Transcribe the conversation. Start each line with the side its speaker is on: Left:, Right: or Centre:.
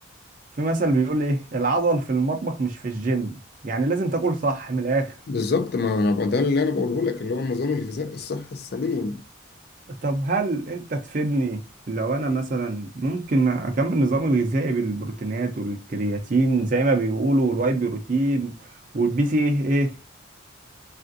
Right: في مثل بيقول ايه العضل في المطبخ مش في الجيم يعني لازم تاكل صح من الاخر
Left: بالظبط ما أنا بقى ده اللي أنا بقوله لك اللي هو النظام الغذائي الصحي السليم
Right: طب هل انت تفيدني لو انا مثلا ممكن اكمل نظامي الغذائي بالبروتينات والكرياتين زي ما بيقولوا والواي بروتين والبي سي ايه ايه